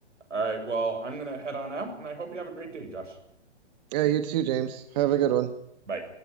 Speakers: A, on the right; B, on the right.
A: All right. Well, I'm gonna head on out, and I hope you have a great day, Josh.
B: Yeah, you too, James. Have a good one.
A: Bye.